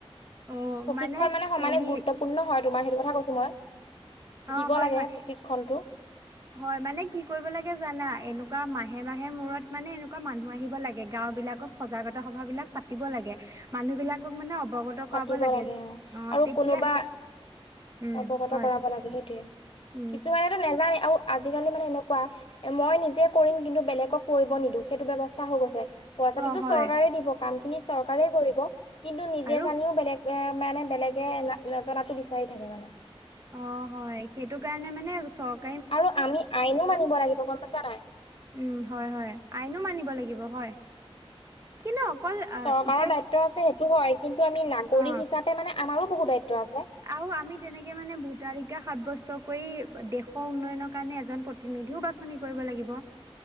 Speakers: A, on the right; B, on the left.
A: অ
B: প্ৰশিক্ষণ মানে সমানে
A: হেৰি
B: গুৰুত্বণূৰ্ণ পূৰ্ণ হয় তোমাৰ সেইটো কথা কৈছো মই,
A: অ
B: দিব
A: হয়
B: লাগে
A: হয়
B: প্ৰশিক্ষণটো।
A: হয় মানে কি কৰিব লাগে জানা? এনেকুৱা মাহে মাহে মূৰত মানে এনেকুৱা মানুহ আহিব লাগে। গাঁও বিলাকত সজাগতা সভা বিলাক পাতিব লাগে, মানুহ বিলাকক মানে অৱগত
B: পাতিব
A: কৰাব লাগে। অ
B: আৰু
A: তেতিয়া
B: কোনোবা
A: উম
B: অৱগত
A: হয়
B: কৰাব লাগে সেইটোৱে।
A: উম
B: কিছুমানেতো নাজানে আৰু আজিকালি মানে এনেকুৱা মই নিজে কৰিম কিন্তু বেলেগক কৰিব নিদো, সেইটো ব্যৱস্থা হৈ গৈছে। পইচাটোতো
A: অ হয়
B: চৰকাৰে দিব, কামখিনি চৰকাৰে কৰিব। কিন্তু নিজে
A: আৰু
B: জানিও বেলেগ এ মানে বেলেগে নজানাতো বিচাৰি থাকে মানে।
A: অ হয় সেইটো কাৰণে মানে চৰ
B: আৰু আমি আইনো মানিব লাগিব গম পাইছা নাই?
A: উম হয় হয় আইনো মানিব লাগিব হয়। কিন্তু অকল আহ
B: চৰকাৰৰ
A: এতিয়া
B: দায়িত্ব আছে সেইটো হয়। কিন্তু আমি নাগৰিক
A: অ
B: হিচাপে মানে আমাৰো বহুত দায়িত্ব আছে।
A: আৰু আমি তেনেকে মানে ভূটালিকা সাব্যস্ত কৰি, দেশৰ উন্নয়নৰ কাৰণে এজন নিধিও বাছনি কৰিব লাগিব।